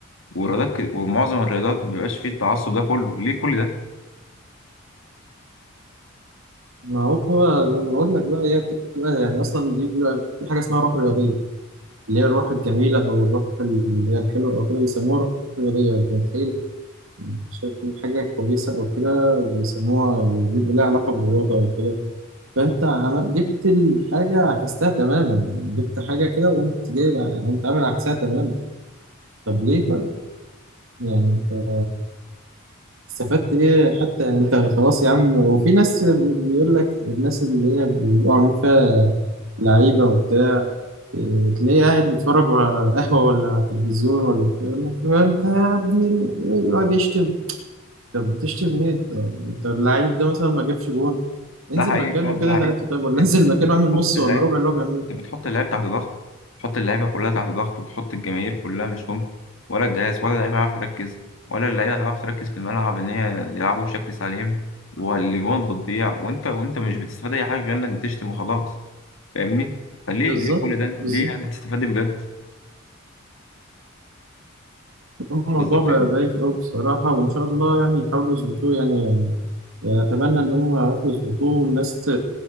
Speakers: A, on the left; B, on the right.
A: والرياضات ك- ومعظم الرياضات ما بيبقاش فيه التعصب ده كله ليه كل ده
B: ما هو زي ما بقول لك بقى هي بتبقى يعني أصلا دي بيبقى في حاجة اسمها روح رياضية اللي هي الروح الجميلة أو الروح اللي هي الحلوة أو كده بيسموها روح رياضية أنت متخيل عشان حاجة كويسة أو كده بيسموها بيبقى لها علاقة بالرياضة أو كده فأنت عم- جبت الحاجة عكستها تماما جبت حاجة كده وقمت جايب قمت عامل عكسها تماما طب ليه طيب يعني انت استفدت ايه حتى يعني انت خلاص يا عم وفي ناس بيقول لك الناس اللي هي بيبقوا عاملين فيها لعيبه وبتاع إيه، تلاقيه قاعد بيتفرج على قهوه ولا على التلفزيون ولا بتاع يقول لك "ما انت يا ابن ال-" يقعد يشتم طب بتشتم ليه؟ طب انت اللعيب ده مثلا ما جابش جون انزل
A: ده حقيقي
B: مكانه
A: فعلا
B: كده
A: ده حقيقي
B: هاته طب ولا
A: انت
B: انزل
A: بت-
B: مكانه
A: انت بتحط
B: اعمل نص
A: اللعيب
B: ولا ربع اللي هو بيعمله
A: انت بتحط اللعيب تحت ضغط بتحط اللعيبه كلها تحت ضغط وبتحط الجماهير كلها مش ممكن ولا الجهاز ولا اللعيبه هيعرف يركز ولا اللعيبه هتعرف تركز في الملعب ان هي يلعبوا بشكل سليم والاجوان بتضيع وانت وانت مش بتستفاد اي حاجه غير انك بتشتم وخلاص فاهمني فليه
B: بالظبط
A: ليه كل ده
B: بالظبط
A: ليه يعني هتستفاد إيه بجد
B: الموضوع
A: بالظبط
B: بقى
A: كده
B: بايخ أوي بصراحة وإن شاء الله يعني يحاولوا يظبطوه يعني يعني أتمنى إن هم يعرفوا يظبطوه والناس ت-